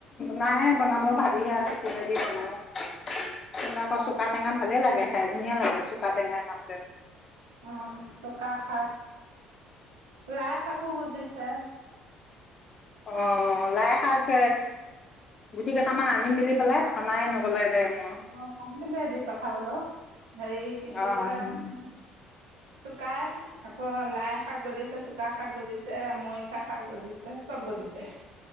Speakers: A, on the left; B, on the right.
A: নাইে বনাব ভাবিহে আছ কিহে দি বনাও। তুমাৰ আকৌ
B: অ
A: চুকা টেঙা ভালে লাগে। খাই ধুনীয়া লাগে চুকা টেঙা মাছে।
B: অঁ চুকা শাক লাই শাকো গুজিছে।
A: অঁ, লাই শাক গুটি কেইটামান আনিম বুলি পেলাই নাই নগ'লে দে। মোৰ।
B: অঁ পাহৰিলো দি পঠাবলও। হেৰি কি বুলি
A: অ'
B: কয় আৰু। চোকাই আকৌ লাই শাক গজিছে চুকা শাক গজিছে মৰিচা শাক গজিছে চব গজিছে।